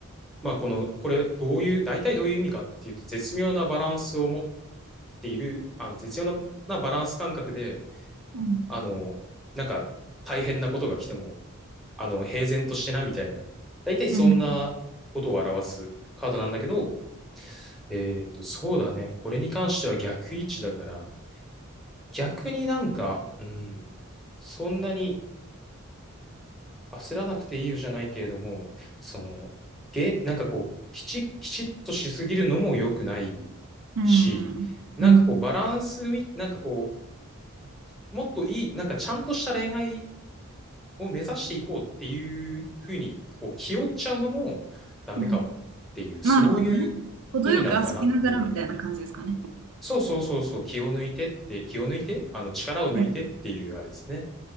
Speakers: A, in the centre; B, on the right.
A: まあこの、これどういう、大体どういう意味かっていうと、絶妙なバランスを持っている、あの絶妙ななバランス感覚で、
B: うん
A: あの、なんか大変なことが来ても、あの、平然としてなみたいな、大体そんなことを表すカードなんだけど、
B: うん
A: えーっと、そうだね。これに関しては逆位置だから、逆になんか、うん、そんなに焦らなくていいよじゃないけれども、その、げ、なんかこう、きち、きちっとしすぎるのも良くない
B: うんうん
A: し、なんかこう、バランスみ、なんかこう、こもっといい、なんかちゃんとした恋愛を目指していこうっていうふうに、こう、気負っちゃうのもダメかもっていう、
B: うん。なるほどね。
A: そういう
B: 程よく遊びながらみたいな感じですかね。
A: 意味なのかなっていう。そうそうそうそう、気を抜いてって、気を抜いてあの、力を抜いてっていうあれですね。
B: はい。